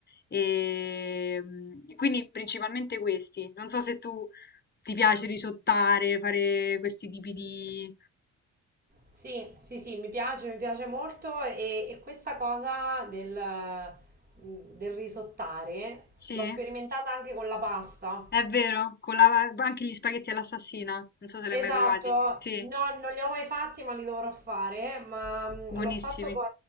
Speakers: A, on the left; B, on the right.
A: E mm, quindi principalmente questi. Non so se tu ti piace risottare, fare questi tipi di...
B: Sì, sì, sì, mi piace, mi piace molto e, e questa cosa del, mm, del risottare
A: Sì?
B: l'ho sperimentata anche con la pasta.
A: È vero, con la anche gli spaghetti all'assassina, non so se li
B: Esatto,
A: hai mai provati. Sì,
B: no, non li ho mai fatti, ma li dovrò fare. Ma mh,
A: buonissimi.
B: l'ho fatto con,